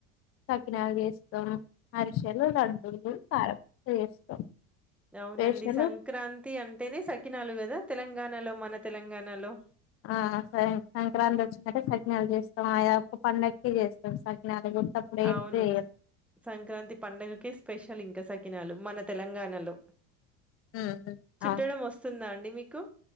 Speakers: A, on the left; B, in the centre.
A: సకినాలు చేస్తాం అరిసెలు లడ్డులు కారపుసాస చేస్తాం
B: అవునండి
A: స్పెషల్
B: సంక్రాంతి అంటేనే సకినాలు కదా తెలంగాణలో మన తెలంగాణలో
A: ఆ ఆ సరే సంక్రాంతి వచ్చినట్టే సకినాలు చేస్తాం ఆయా ఒక్క పండగకి చేస్తాం సకినాలు గుర్తప్పుడు
B: అవును
A: ఎప్పుడు చేయం
B: సంక్రాంతి పండగకే స్పెషల్ ఇంకా స కినాలు మన తెలంగాణలో
A: ఉమ్,
B: చుట్టడం
A: అవును
B: వస్తుందాండి ఈ మీకు